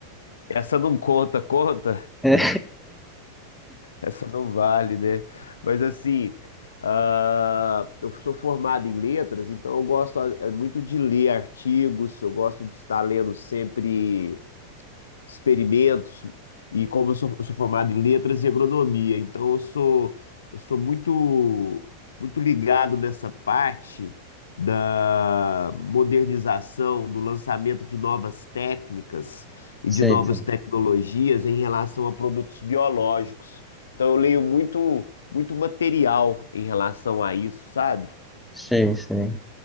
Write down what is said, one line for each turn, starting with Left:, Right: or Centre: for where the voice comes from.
Left: essa não conta, conta?
Centre: É,
Left: Essa não vale, né? Mas assim, ah, eu sou formado em letras, então eu gosto ah, muito de ler artigos, eu gosto de estar lendo sempre experimentos, e como eu sou, eu sou formado em letras e agronomia, então eu sou, eu sou muito, muito ligado nessa parte da modernização, do lançamento de novas técnicas e
Centre: sei,
Left: de novas
Centre: sei,
Left: tecnologias em relação a produtos biológicos. Então eu leio muito, muito material em relação a isso, sabe?
Centre: sei. sei.